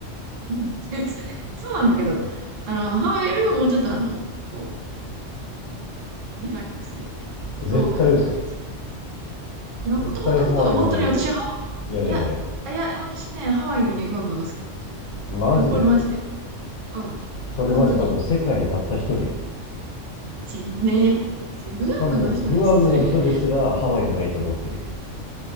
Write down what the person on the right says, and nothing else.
うん <laughs> そうなんだけど、あの、ハワイよりももうちょっとあの、こう、リラックスできる。こう、
ローカルな感じで。いや、ほんとほんとほんと、
本当に私い
や、あいや、私ね、ハワイよりね、グアムの方が好きなんだよ。
でもこれマジで。うん。
本当に。ちねえ、それグアムの人に失礼。